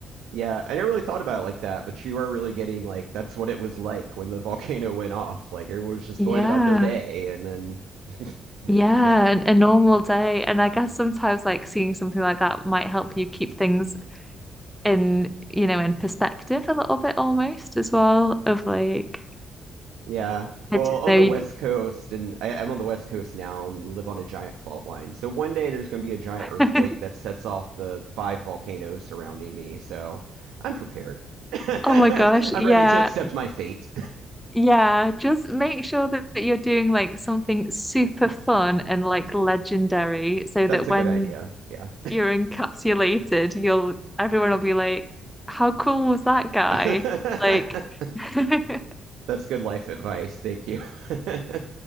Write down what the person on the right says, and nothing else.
Yeah, I never really thought about it like that, but you are really getting like that's what it was like when the volcano went off. Like everyone was just
going about their day, and then <laughs>
yeah.
Yeah. Well,
on
the
West Coast, and I, I'm on the West Coast now and live on a giant fault line. So one day there's going to be a giant earthquake
that sets off the five volcanoes surrounding me. So I'm prepared. <laughs> I'm
ready to accept my fate.
<laughs>
That's
a
good idea. Yeah.
<laughs>
That's good life advice. Thank you. <laughs>